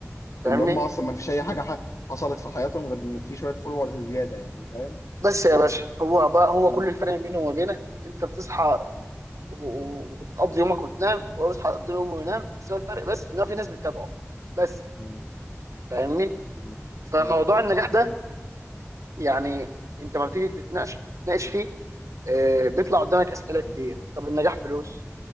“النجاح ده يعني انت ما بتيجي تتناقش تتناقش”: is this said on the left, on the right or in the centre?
Right